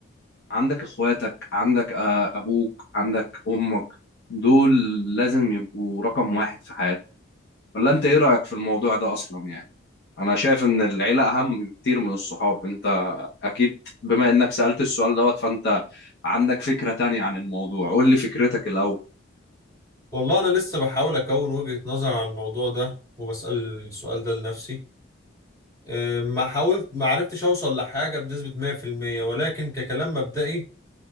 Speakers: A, on the left (about 55°); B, on the left (about 15°).
A: عندك اخواتك عندك آه ابوك عندك امك دول لازم يبقوا رقم واحد في حياتك ولا انت ايه رأيك في الموضوع ده اصلا يعني انا شايف ان العيلة اهم بكتير من الصحاب انت اكيد بما انك سألت السؤال دوت فانت عندك فكرة تانية عن الموضوع قول لي فكرتك الاول
B: والله انا لسه بحاول اكون وجهه نظر على الموضوع ده وبسال السؤال ده لنفسي. آه، ما حاولت ما عرفتش اوصل لحاجه بنسبه 100% ولكن ككلام مبدئي